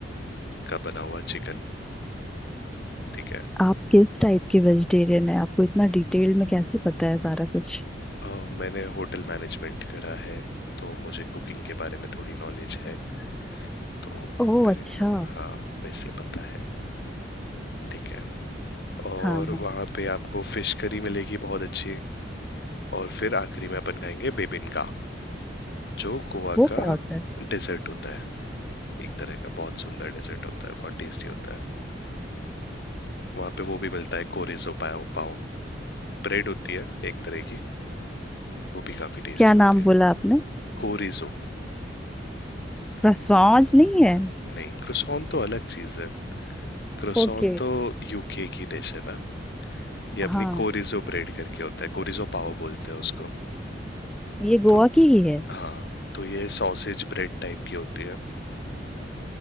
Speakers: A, on the left; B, in the centre.
A: का बना हुआ चिकन ठीक है
B: आप किस टाइप के वेजिटेरियन है आपको इतना डिटेल में कैसे पता है सारा कुछ
A: अ, मैंने होटल मैनेजमेंट करा है तो मुझे कुकिंग के बारे में थोड़ी नॉलेज है तो
B: ओह
A: मेरे
B: अच्छा
A: को हाँ वैसे पता है ठीक है और
B: हाँ हाँ
A: वहाँ पे आपको फिश करी मिलेगी बहुत अच्छी और फिर आखिरी में अपन खाएंगे बेबिनका जो गोवा
B: वो
A: का
B: क्या होता है
A: डेजर्ट होता है एक तरह का बहुत सुंदर डेजर्ट होता है बहुत टेस्टी होता है वहाँ पे वो भी मिलता है कोरिजो पाव पाव ब्रेड होती है एक तरह की वो भी काफी टेस्टी
B: क्या नाम
A: होती है
B: बोला आपने
A: कोरिजो
B: करसौंज नहीं है
A: नहीं क्रोसॉन तो अलग चीज है क्रोसॉन
B: ओके
A: तो यूके की डिश है ना ये अपनी
B: हाँ
A: कोरिजो ब्रेड करके होता है कोरिजो पाव बोलते हैं उसको
B: ये गोवा
A: तो
B: की ही है
A: हाँ तो ये सॉसेज ब्रेड टाइप की होती है